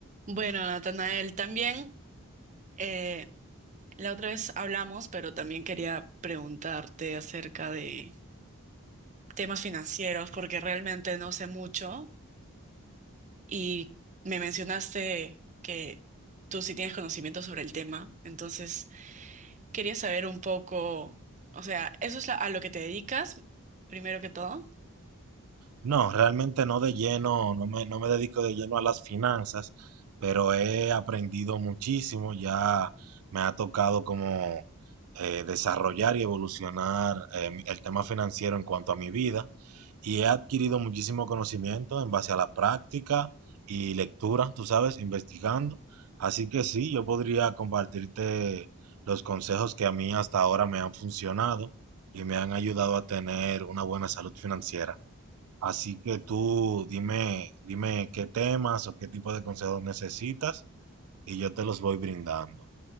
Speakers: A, on the right; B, on the right.
A: Bueno, Natanael, también eh, la otra vez hablamos, pero también quería preguntarte acerca de temas financieros, porque realmente no sé mucho y me mencionaste que tú sí tienes conocimiento sobre el tema, entonces quería saber un poco, o sea, eso es la- a lo que te dedicas, primero que todo.
B: No, realmente no de lleno, no me, no me dedico de lleno a las finanzas, pero he aprendido muchísimo, ya me ha tocado como eh, desarrollar y evolucionar eh, mi- el tema financiero en cuanto a mi vida y he adquirido muchísimo conocimiento en base a la práctica y lectura, tú sabes, investigando. Así que sí, yo podría compartirte los consejos que a mí hasta ahora me han funcionado y me han ayudado a tener una buena salud financiera. Así que tú dime, dime qué temas o qué tipo de consejos necesitas y yo te los voy brindando.